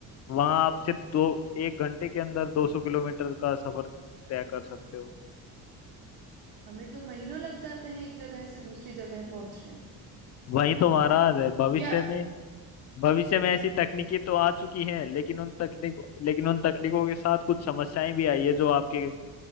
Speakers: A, on the left; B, on the right.
A: वहां आप सिर्फ दो एक घंटे के अंदर 200 किलोमीटर का सफर तय कर सकते हो
B: हमें तो महीनों लग जाते हैं एक जगह से दूसरी जगह पहुंचने में
A: वही तो महाराज है भविष्य
B: क्या
A: में भविष्य में ऐसी तकनीकी तो आ चुकी हैं लेकिन उन तकनीक लेकिन उन तकनीकों के साथ कुछ समस्याएं भी आई है जो आपके